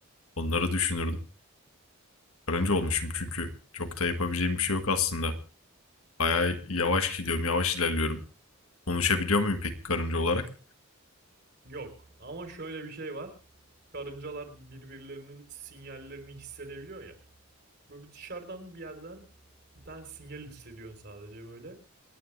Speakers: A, on the left; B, on the right.
A: Onları düşünürdüm. Karınca olmuşum çünkü çok da yapabileceğim bir şey yok aslında. Bayağı yavaş gidiyorum, yavaş ilerliyorum. Konuşabiliyor muyum peki karınca olarak?
B: Yok ama şöyle bir şey var. Karıncalar birbirlerinin sinyallerini hissedebiliyor ya. Böyle bir dışarıdan bir yerden bir tane sinyal hissediyorsun sadece böyle.